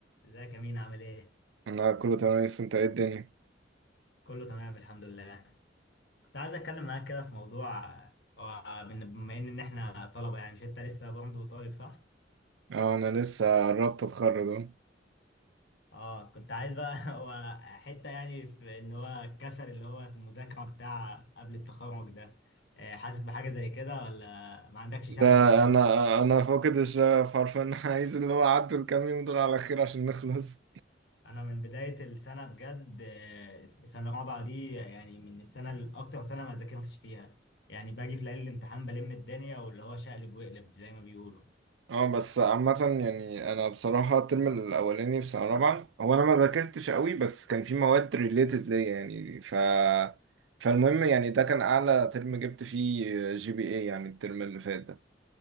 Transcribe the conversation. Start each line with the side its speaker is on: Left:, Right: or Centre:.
Left: ازيك يا مين عامل ايه؟
Right: انا كله تمام لسه انت ايه الدنيا
Left: كله تمام الحمد لله كنت عايز اتكلم معاك كده في موضوع هو بن- بما ان إن احنا طلبة يعني مش انت لسه برضه طالب صح؟
Right: اه انا لسه قربت اتخرج اهو
Left: اه كنت عايز بقى <laughs> هو حتة يعني في ان هو الكسل اللي هو في المذاكرة بتاع قبل التخرج ده آه، حاسس بحاجة زي كده ولا ما عندكش
Right: ده
Left: شغف دلوقتي؟
Right: انا انا فاقد الشغف حرفيا <laughs> عايز اللي هو عدوا الكام يوم دول على خير عشان نخلص
Left: انا من بداية السنة بجد آه، سنة رابعة دي يعني من السنة الاكتر سنة ما ذاكرتش فيها يعني باجي في ليالي الامتحان بلم الدنيا واللي هو شقلب وقلب زي ما بيقولوا
Right: اه بس عامة يعني انا بصراحة الترم الاولاني في سنة رابعة هو انا ما ذاكرتش قوي بس كان في مواد ريليتد ليا يعني ف فالمهم يعني ده كان اعلى ترم جبت فيه جي بي اي يعني الترم اللي فات ده